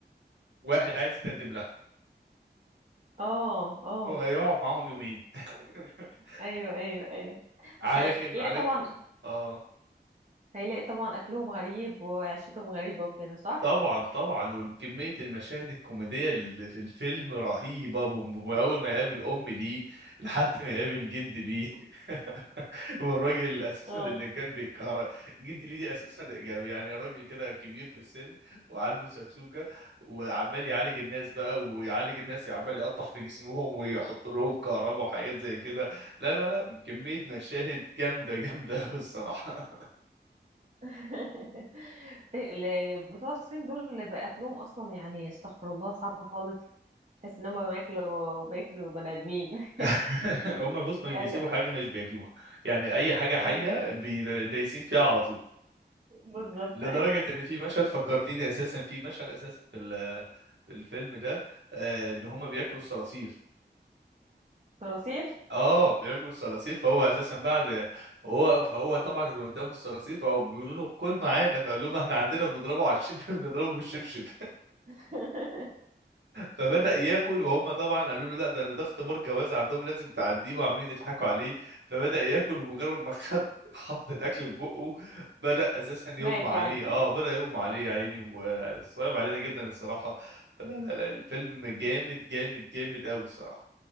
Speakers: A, on the right; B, on the right.
A: واحد عايز يتقدم لها
B: اه اه
A: وهيقعد معاهم يومين <laughs>
B: ايوه ايوه ايوه
A: على
B: هيلاقي
A: كم على
B: طبعا
A: كم اه
B: هيلاقي طبعا اكلهم غريب وعيشتهم غريبه وكده صح
A: طبعا طبعا وكمية المشاهد الكوميدية اللي في الفيلم رهيبة وأول ما يقابل أم ليه لحد ما يقابل جد ليه <laughs> والراجل أساسا
B: اه
A: اللي كان بيكهرب جد ليه دي أساسا يعني راجل كده كبير في السن وعنده سكسوكة وعمال يعالج الناس بقى ويعالج الناس عمال يقطع في جسمهم ويحط لهم كهرباء وحاجات زي كده لا لا لا كمية مشاهد جامدة جامدة أوي الصراحة
B: <laughs> ال- بتوع الصين دول اللي بقى اكلهم اصلا يعني استغفر الله صعب خالص تحس ان هم بياكلوا وبياكلوا بني ادمين
A: <laughs>
B: <laughs>
A: هم بص مش
B: يعني-
A: بيسيبوا حاجه مش بياكلوها يعني اي حاجه حيه
B: ايوه
A: بي- دايسين فيها على طول
B: بالظبط
A: لدرجه
B: ايوه
A: ان في مشهد فكرتيني اساسا في مشهد اساسا في ال- في الفيلم ده آه، ان هم بياكلوا الصراصير
B: صراصير
A: اه بياكلوا الصراصير فهو اساسا بعد هو فهو طبعا اللي قدامه الصراصير فهو بيقولوا له كل معانا فقال لهم احنا عندنا بنضربه على الشبشب <laughs> بنضربه بالشبشب
B: <laughs>
A: فبدأ ياكل وهم طبعا قالوا له لا ده انا ده اختبار جواز عندهم لازم تعديه وعمالين يضحكوا عليه فبدأ ياكل ومجرد ما <laughs> خد حط الاكل في بقه بدأ اساسا يغمى
B: مات
A: عليه
B: يعني
A: اه بدأ يغمى عليه يا عيني وصعب علينا جدا الصراحة فلا لا لا الفيلم جامد جامد جامد قوي الصراحة